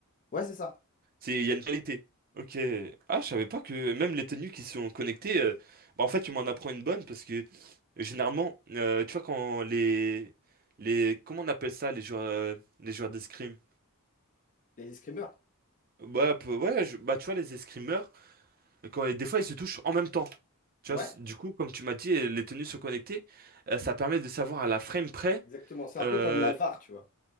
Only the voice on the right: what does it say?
C'est, il y a une qualité. Ok. Ah, je savais pas que même les tenues qui sont connectées, euh, bah, en fait, tu m'en apprends une bonne parce que généralement, euh, tu vois, quand les, les, comment on appelle ça, les joueurs, euh, les joueurs d'escrime?
Ouais, peu- ouais, je- bah, tu vois, les escrimeurs, quand, des fois, ils se touchent en même temps. Tu
vois, c- du coup, comme tu m'as dit, les tenues sont connectées, euh, ça permet de savoir à la frame près
Euh,